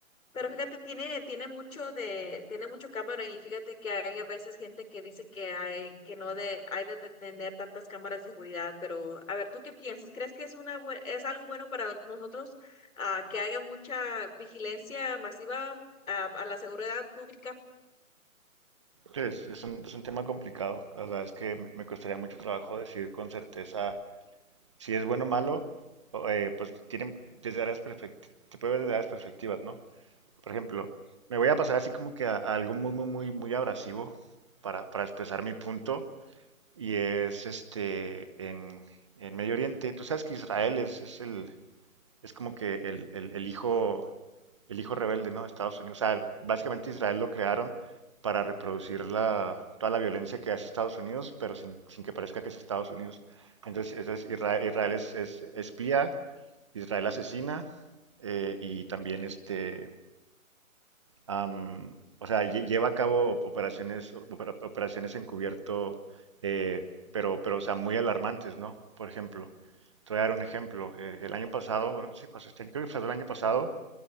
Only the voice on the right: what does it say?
Sí, Es, es un, es un tema complicado. La verdad es que me me costaría mucho trabajo decir con certeza si es bueno o malo. o, eh, pues tienen desde áreas perfect- se puede ver desde áreas perspectivas, ¿no? Por ejemplo, me voy a pasar así como que a, a algo muy, muy, muy, muy abrasivo para, para expresar mi punto. Y es este en, en Medio Oriente. Tú sabes que Israel es, es el, es como que el, el- el hijo, el hijo rebelde, ¿no? de Estados Unidos. O sea, básicamente Israel lo crearon para reproducir la, toda la violencia que hace Estados Unidos, pero sin, sin que parezca que es Estados Unidos. Entonces, entonces Israel, Israel es, es espía, Israel asesina, eh, y también este am, o sea, lle- lleva a cabo op- operaciones, opera- operaciones encubierto, eh, pero, pero, o sea, muy alarmantes, ¿no? Por ejemplo, te voy a dar un ejemplo. eh, el año pasado, bueno, sí, pues, este, creo que pasó el año pasado,